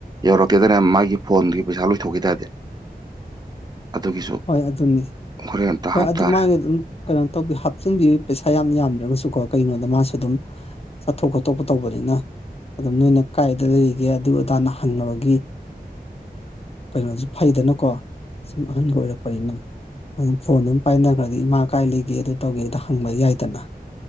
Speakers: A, on the right (about 25°); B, on the left (about 40°).
A: ꯌꯧꯔꯛꯇꯦꯗꯅ ꯃꯥꯒꯤ ꯐꯣꯟꯒꯤ ꯄꯩꯁꯥ ꯂꫭꯏ ꯊꯣꯛꯈꯤ ꯇꯥꯔꯗꯤ ꯑꯗꯨꯒꯤꯁꯨ
B: ꯍꯣꯏ ꯑꯗꯨꯅꯤ
A: ꯍꯣꯔꯦꯟ ꯑꯝꯇ
B: ꯍꯣꯏ
A: ꯍꯥꯞ
B: ꯑꯗꯨ
A: ꯇꯥꯔꯦ
B: ꯃꯥꯒꯤ ꯑꯗꯨꯝ ꯀꯩꯅꯣ ꯇꯧꯕꯤ ꯍꯥꯞꯆꯤꯟꯕꯤ ꯄꯩꯁꯥ ꯌꯥꯝ ꯌꯥꯝꯗ꯭ꯔꯥꯒꯁꯨ ꯀꯣ ꯀꯩꯅꯣꯗ ꯃꯥꯁꯨ ꯑꯗꯨꯝ ꯆꯠꯊꯣꯛ ꯈꯣꯠꯇꯣꯛꯄ ꯇꯧꯕꯅꯤꯅ ꯑꯗꯨꯝ ꯅꯣꯏꯅ ꯀꯥꯏꯗ ꯂꯩꯔꯤꯒꯦ ꯑꯗꯨ ꯑꯗꯥꯅ ꯍꯪꯅꯕꯒꯤ ꯀꯩꯅꯣꯁꯨ ꯐꯩꯗꯥꯅꯀꯣ ꯁꯨꯝ ꯑꯍꯥꯟꯒ ꯑꯣꯏꯔꯛꯄꯅꯤꯅ ꯑꯗꯨꯝ ꯐꯣꯟ ꯑꯗꯨꯝ ꯄꯥꯏꯅꯈ꯭ꯔꯥꯗꯤ ꯏꯃꯥ ꯀꯥꯏ ꯂꯩꯒꯦ ꯑꯗꯨ ꯇꯧꯒꯦꯗꫭ ꯍꯪꯕ ꯌꯥꯏꯗꯅ